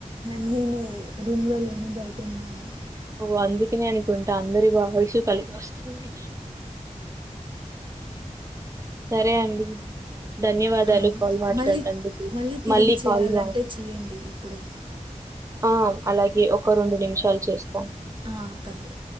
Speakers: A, on the right; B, on the right.
A: నేను రూమ్ లో లేను బయటన్నాను
B: ఓ అందుకనే అనుకుంటే అందరి వాయిస్ కలిపి వస్తుంది సరే అండి ధన్యవాదాలు
A: ఆ,
B: కాల్ మాట్లాన్నందుకు
A: మళ్ళీ తిరిగి
B: మళ్ళీ
A: చేయాలంటే
B: కాల్ మా
A: చేయండి ఇప్పుడే
B: ఆ అలాగే ఒక రెండు నిమిషాలు చేస్
A: ఆ పర్లే